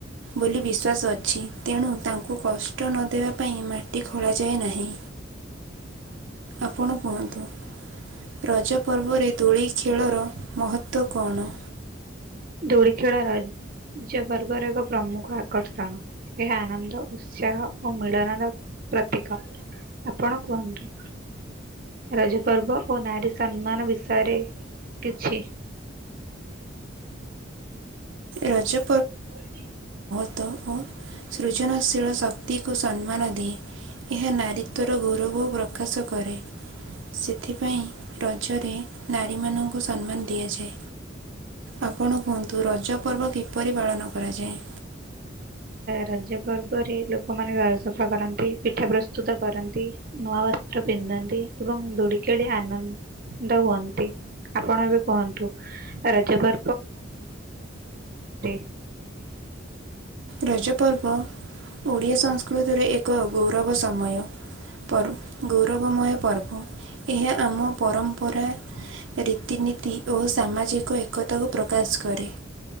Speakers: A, on the right; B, on the right.
A: ବୋଲି ବିଶ୍ୱାସ ଅଛି ତେଣୁ ତାଙ୍କୁ କଷ୍ଟ ନ ଦେବା ପାଇଁ ମାଟି ଖୋଳାଯାଏ ନାହିଁ।
B: <inaudible>
A: ଆପଣ କୁହନ୍ତୁ ରଜ ପର୍ବରେ ଦୋଳି ଖେଳର ମହତ୍ଵ କଣ?
B: ଦୋଳି ଖେଳ ରଜ ରଜ ପର୍ବର ଏକ ପ୍ରମୁଖ ଆକର୍ଷଣ ଏହା ଆନନ୍ଦ, ଉତ୍ସାହ ଓ ମିଳନର ପ୍ରତୀକ ଆପଣ କୁହନ୍ତୁ ରଜ ପର୍ବ ଓ ନାରୀ ସମ୍ମାନ ବିଷୟରେ କିଛି
A: ରଜ।
B: <unintelligible>
A: ଓ ଓ ସୃଜନଶୀଳ ଶକ୍ତିକୁ ସମ୍ମାନ ଦିଏ। ଏହା ନାରୀ ତ୍ୱର ଗୌରବ ପ୍ରକାଶ କରେ। ସେଥିପାଇଁ ରଜରେ ନାରୀମାନଙ୍କୁ ସମ୍ମାନ ଦିଆଯାଏ। ଆପଣ କୁହନ୍ତୁ ରଜ ପର୍ବ କିପରି ପାଳନ କରାଯାଏ।
B: ରାଜ ପର୍ବରେ ଲୋକମାନେ ଘର ସଫା କରନ୍ତି, ପିଠା ପ୍ରସ୍ତୁତ କରନ୍ତି ନୂଆ ବସ୍ତ୍ର ଫି ପିନ୍ଧନ୍ତି ଏବଂ ଦୋଳିଖେଳି ଆନନ୍ଦ ହୁଅନ୍ତି, ଆପଣ ଏବେ କୁହନ୍ତୁ ରା <unintelligible>
A: ରଜପର୍ବ ଓଡ଼ିଆ ସଂସ୍କୃତିରେ ଏକ ଗୌରବ ସମୟ। ପର୍ବ ଗୌରବମୟ ପର୍ବ ଏହା ଆମ ପରମ୍ପରା। ରୀତିନୀତି ଓ ସାମାଜିକ ଏକତାକୁ ପ୍ରକାଶ କରେ।